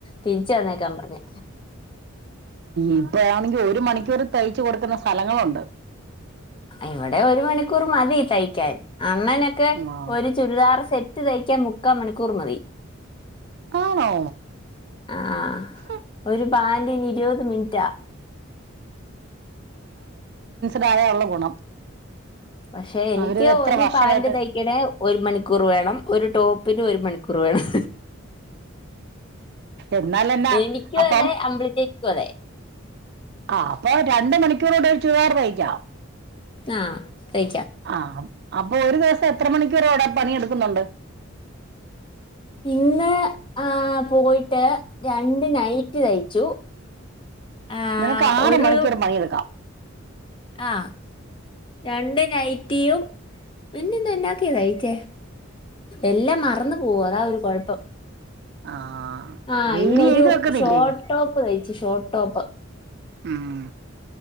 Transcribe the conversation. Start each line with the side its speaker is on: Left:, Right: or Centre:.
Left: തിരിച്ച് തന്നേക്കാൻ പറഞ്ഞു.
Right: ഇപ്പഴാണെങ്കി ഒരു മണിക്കൂർ തയ്ച്ച് കൊടുക്കുന്ന സ്ഥലങ്ങളുണ്ട്.
Left: ഇവിടെ ഒരു മണി കൂർ മതി തയ്ക്കാൻ അമ്മേനൊക്കെ
Right: ആ
Left: ഒരു ചുരിദാർ സെറ്റ് ത്ത് തയ്ക്കാൻ മുക്കാൽ മണിക്കൂർ മതി.
Right: ആണോ
Left: ആഹ്
Right: ഹും
Left: ഒരു പാന്റിനു ഇരുപത് മിനിറ്റാ
Right: തായ ഒള്ള ഗുണം
Left: പക്ഷെ എനിക്ക്
Right: അവര് എത്ര
Left: ഒരു
Right: വർഷമായിട്ട്
Left: പാന്റ് തയ്ക്കണേ ഒരു മണിക്കൂർ വേണം ഒരു ടോപ്പിന് ഒരു മണിക്കൂർ വേണം
Right: എന്നാലെന്നാ
Left: എനിക്കും
Right: അപ്പം
Left: അതെ അമ്പിളി ചേച്ചി ക്കും അതെ
Right: ആ അപ്പൊ രണ്ടു മണിക്കൂറുകൊണ്ട് ഒരു ചുരിദാർ തയ്ക്കാം.
Left: ആ തയ്
Right: ആ അപ്പൊ ഒരു ദിവസം എത്ര മണിക്കൂർ അവിടെ പണിയെടുക്കുന്നുണ്ട്?
Left: പിന്നെ? ആ പോയിട്ട് രണ്ട് നൈറ്റി തയ്ച്ചു. ആ,
Right: നിനക്ക് ആറ്
Left: ഒരു
Right: മണിക്കൂർ പണി എടുക്കാം.
Left: ആ രണ്ട് നൈറ്റിയും പിന്നെ ഇന്ന് എന്നാക്കയ തയിച്ചേ? എല്ലാം മറന്നു പോവുവ അതാ ഒരു കൊഴപ്പം.
Right: ആ
Left: ആ
Right: ഡെയിലി
Left: ഇന്നൊരു
Right: എഴുതി വെക്കുന്നില്ലേ
Left: ഷോട്ടോപ് തയ്ച്ചു ഷോട്ടോപ്.
Right: ഉം